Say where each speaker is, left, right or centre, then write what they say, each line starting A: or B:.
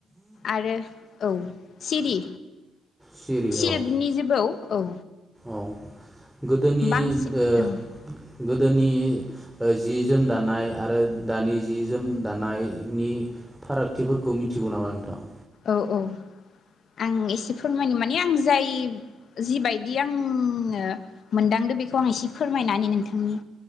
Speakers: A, on the left; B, in the centre.
A: आरो औ। सिरि
B: सिरि
A: सिल्भनि
B: औ
A: जिबो औ
B: औ गोदोनि
A: बांसिन
B: ओ
A: औ
B: गोदोनि जि जोम दानाय आरो दानि जि जोम दानायनि फारागथिफोरखौ मिथिगौ नामा नोंथाङा?
A: औ-औ आं एसे फोरमायनो माने आं जाय जिबायदि आङो मोनदांदो बेखौ आङो एसे फोरमायना होनि नोंथांनि।